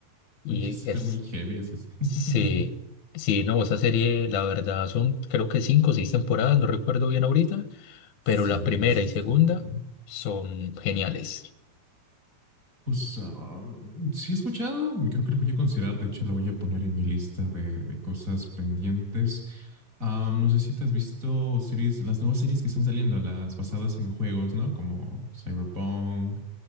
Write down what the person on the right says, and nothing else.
Oye, suena
muy heavy esa serie.
<laughs> Cinco,
seis
temporadas.
Pues ah, sí he escuchado, creo que la voy a considerar, de hecho la voy a poner en mi lista de, de cosas pendientes. Ah, no sé si te has visto series, las nuevas series que están saliendo, las basadas en juegos, ¿no? Como Cyberpunk